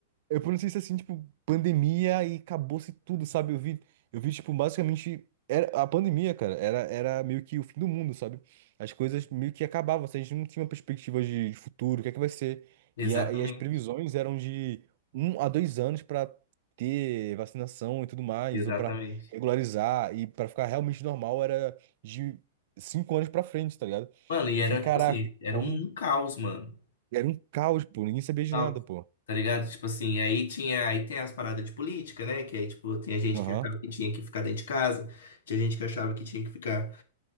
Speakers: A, on the right; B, on the left.
A: eu pronunciei isso assim, tipo, pandemia e acabou-se tudo, sabe? Eu vi, eu vi, tipo, basicamente. Era, a pandemia, cara, era, era meio que o fim do mundo, sabe? As coisas meio que acabavam, assim, a gente não tinha uma perspectiva de, de futuro, o que é que vai ser.
B: Exatamente,
A: E, a- e as previsões eram de um a dois anos pra ter vacinação e tudo mais,
B: exatamente.
A: ou pra regularizar, e pra ficar realmente normal era de cinco anos pra frente, tá ligado?
B: Mano, e
A: E
B: era,
A: fiquei, caraca,
B: tipo assim, era
A: então
B: um um caos, mano.
A: era um caos, pô, ninguém sabia de
B: Caos.
A: nada, pô.
B: Tá ligado? Tipo assim, aí tinha, aí tem as paradas de política, né? Que aí, tipo, tem a gente
A: Aham,
B: que achava que tinha que ficar dentro de casa, tinha gente que achava que tinha que ficar